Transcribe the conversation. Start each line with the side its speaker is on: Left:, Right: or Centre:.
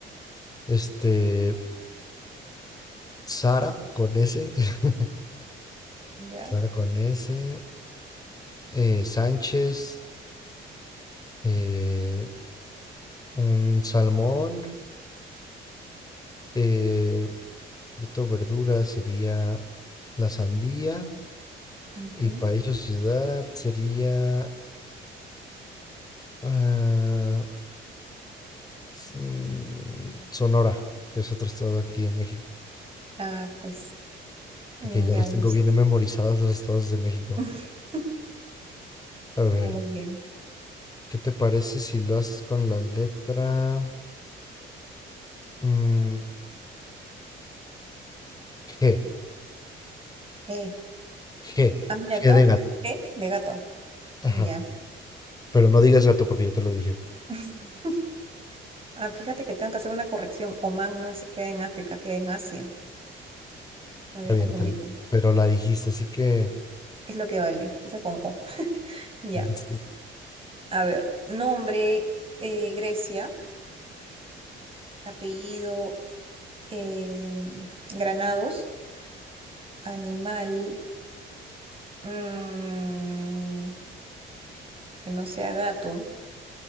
Left: Este, Sara con S, <laughs>
Right: ¿ya?
Left: Sara con S, eh, Sánchez, eh, un salmón, eh, fruto, verdura sería la sandía
Right: Ujú.
Left: y país o ciudad sería ah, s- mm, Sonora, que es otro estado aquí en México,
Right: Ah, pues, mm,
Left: de que ya
Right: ya
Left: los
Right: listo.
Left: tengo bien memorizados los estados de México.
Right: <laughs>
Left: A ver,
Right: Ya, muy bien.
Left: ¿qué te parece si lo haces con la letra mm, G?
Right: Eh,
Left: G,
Right: ah, mira,
Left: G
Right: tengo
Left: de gato.
Right: que- ¿eh? de gato.
Left: Ajá.
Right: Ya.
Left: Pero no digas gato porque yo te lo dije.
Right: <laughs> Ah, fíjate que tengo que hacer una corrección. Omán no se queda en África, queda en Asia. Me había
Left: Está
Right: confundido.
Left: bien, te l- pero la dijiste, así que.
Right: Es lo que vale. Empieza con O. <laughs> Ya.
Left: sí,
Right: A ver. Nombre, eh, Grecia. Apellido, em, Granados. Animal mm, que no sea gato,